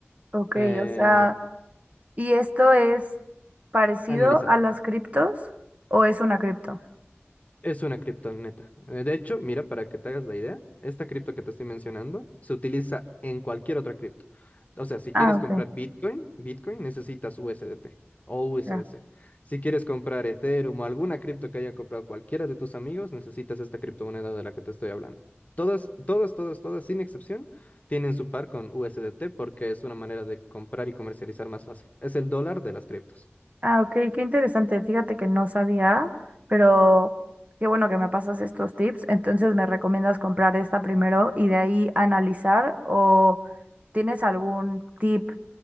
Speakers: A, on the right; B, on the left.
A: ok,
B: eh,
A: o sea, ¿y esto es parecido
B: anualizado.
A: a las criptos o es una cripto?
B: Es una criptoneta. Eh, De hecho, mira, para que te hagas la idea, esta cripto que te estoy mencionando se utiliza en cualquier otra cripto. O sea, si
A: Ah,
B: quieres
A: ok.
B: comprar Bitcoin, Bitcoin necesitas USDT o USDC.
A: ya.
B: Si quieres comprar Ethereum o alguna cripto que haya comprado cualquiera de tus amigos, necesitas esta criptomoneda de la que te estoy hablando. Todas, todas, todas, todas, sin excepción, tienen su par con USDT porque es una manera de comprar y comercializar más fácil. Es el dólar de las criptos.
A: Ah, ok, qué interesante. Fíjate que no sabía, pero qué bueno que me pasas estos tips. Entonces, ¿me recomiendas comprar esta primero y de ahí analizar? ¿O tienes algún tip